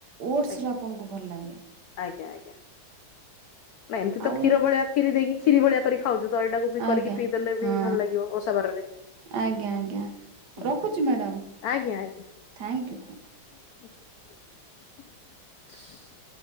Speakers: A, on the right; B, on the left.
A: ଓଟସ୍
B: ଆଜ୍ଞା
A: ରେ ଆପଣଙ୍କୁ ଭଲ ଲାଗେ।
B: ଆଜ୍ଞା ଆଜ୍ଞା। ନା ଏମତି ତ
A: ଆଉ
B: କ୍ଷୀର ଭଳିଆ କ୍ଷୀରି ଦେଇକି କ୍ଷୀରି ଭଳିଆ କରିିକି ଖାଉଚୁ ତ ଏଟାକୁ ବି କରିକି
A: ଆଜ୍ଞା
B: ପିଇଦେଲେ ବି
A: ହଁ
B: ଭଲ ଲାଗିବ ଓଷା ବାରରେ।
A: ଆଜ୍ଞା ଆଜ୍ଞା।
B: ହୁଁ
A: ରଖୁଚି
B: ହୁଁ
A: ମ୍ୟାଡ଼ାମ।
B: ଆଜ୍ଞା ଆଜ୍ଞା
A: ଥ୍ୟାଙ୍କୟୁ ଥ୍ୟାଙ୍କୟୁ।
B: <inaudible>